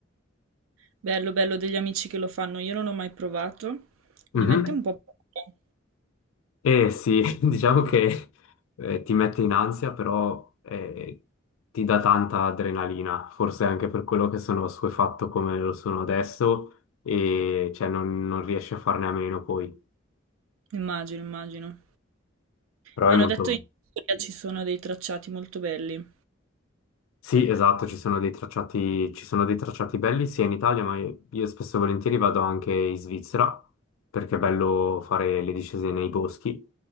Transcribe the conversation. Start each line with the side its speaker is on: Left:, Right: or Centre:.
Right: Bello, bello degli amici che lo fanno, io non ho mai provato, mi
Left: Mhm.
Right: mette un po' paura,
Left: E sì, <laughs> diciamo che eh, ti mette in ansia, però eh, ti dà tanta adrenalina, forse anche per quello che sono assuefatto come lo sono adesso e cioè, non, non riesci a farne a meno poi.
Right: immagino, immagino.
Left: Però
Right: Mi
Left: è
Right: hanno
Left: molto...
Right: detto in Italia ci sono dei tracciati molto belli.
Left: Sì, esatto, ci sono dei tracciati, ci sono dei tracciati belli sia in Italia, ma io, io spesso e volentieri vado anche in Svizzera, perché è bello fare le discese nei boschi.